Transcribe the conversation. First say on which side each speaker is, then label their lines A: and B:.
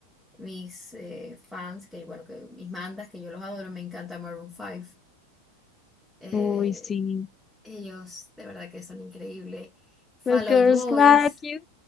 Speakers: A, in the centre; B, on the left.
A: mis eh, fans, que bueno, que mis mandas que yo los adoro, me encanta Maroon 5. Eh,
B: Uy, sí.
A: ellos de verdad que son increíbles. Fall
B: Those girls
A: Out Boys,
B: like you.